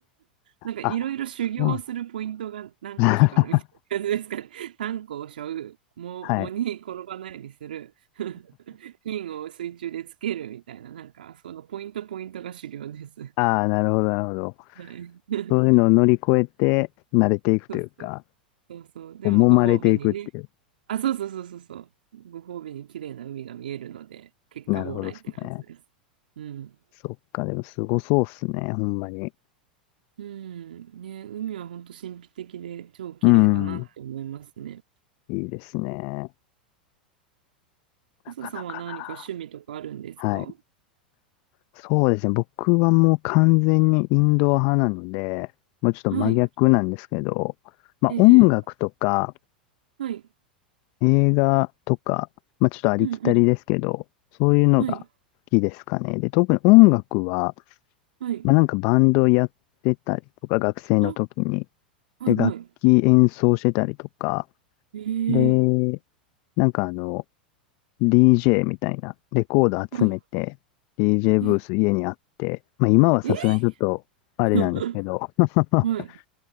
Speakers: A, on the right; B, on the left.
A: なんかいろいろ修行するポイントが何箇所かあるみたいな感じですかね。
B: あ、そうなんだ <laughs>
A: 炭鉱を背負う、藻藻に転ばないようにする、
B: はい。
A: <laughs> 金を水中でつけるみたいな、なんかそのポイントポイントが修行です。
B: ああ、なるほど、なるほど。
A: はい。<laughs>
B: そういうのを乗り越えて、慣れていくというか、
A: そうそうそうそう。でもご褒美にね。
B: こう揉まれていくっていう。
A: あ、そうそうそうそうそう。ご褒美に綺麗な海が見えるので、結果オーライって感じです。
B: なるほどですね。
A: うん。
B: そっか、でもすごそうっすね、ほんまに。
A: うん、ね、海は本当神秘的で超綺麗だなって思いますね。
B: うん。いいですね。なかなかな。
A: 朝さんは何か趣味とかあるんですか
B: はい。そうですね。僕はもう完全にインドア派なので、もうちょっと真逆なんですけど、
A: はい。
B: まあ音楽とか
A: ええ、ええはい。
B: 映画とか、まあちょっとありきたりですけど、
A: うんうん。
B: そういうのが好きですかね。
A: はい。
B: で、特に音楽は、
A: はい。
B: まあなんかバンドやってたりとか、学生の時に。
A: あ、はいはい。
B: で、楽器演奏してたりとか。
A: え
B: で、
A: え、
B: なんかあの、DJ みたいな、レコード集めて、
A: はい。
B: DJ
A: え、
B: ブース家にあって、まあ今はさすがにちょっと、
A: え
B: あれなんですけど、
A: <laughs>
B: <laughs>
A: はい。